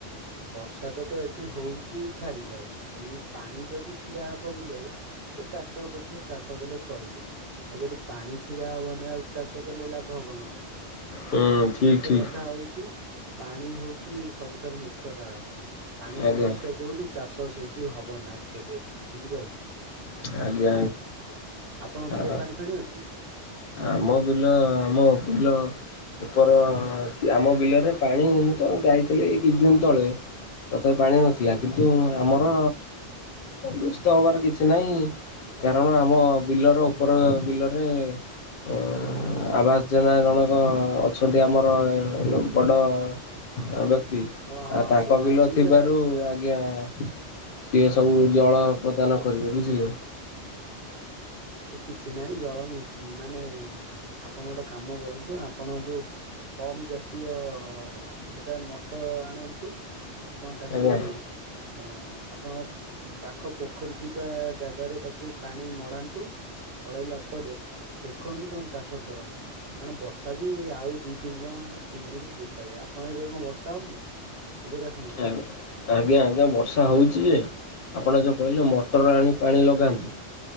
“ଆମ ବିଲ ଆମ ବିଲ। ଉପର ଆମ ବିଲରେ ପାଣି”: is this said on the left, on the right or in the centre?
Left